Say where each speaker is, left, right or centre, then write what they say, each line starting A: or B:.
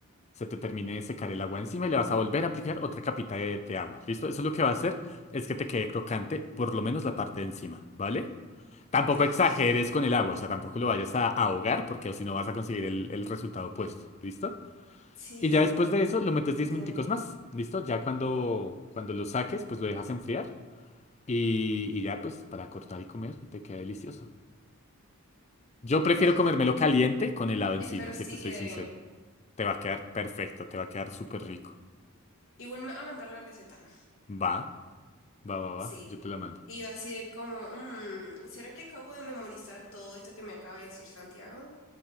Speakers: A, on the left; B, on the left.
A: se te termine de secar el agua encima y le vas a volver a aplicar otra capita de, de agua. ¿Listo? Eso lo que va a hacer es que te quede crocante, por lo menos la parte de encima, ¿vale? Tampoco
B: Dios.
A: exageres con el agua, o sea, tampoco lo vayas a ahogar porque o si no vas a conseguir el, el resultado opuesto. ¿Listo?
B: Sí,
A: Y ya después de eso lo metes
B: entiendo.
A: 10 minuticos más. ¿Listo? Ya cuando, cuando lo saques, pues lo dejas enfriar. Y, y ya, pues, para cortar y comer, y te queda delicioso. Yo prefiero
B: <gasps>
A: comérmelo caliente con helado encima,
B: Ah, Espero sí
A: si te soy
B: quede
A: sincero.
B: bien.
A: Te va a quedar perfecto, te va a quedar súper rico.
B: Igual me va a mandar la receta, ¿no?
A: Va, va, va,
B: Sí.
A: va, yo te la mando.
B: Y yo así de como, mm, ¿será que acabo de memorizar todo esto que me acaba de decir Santiago?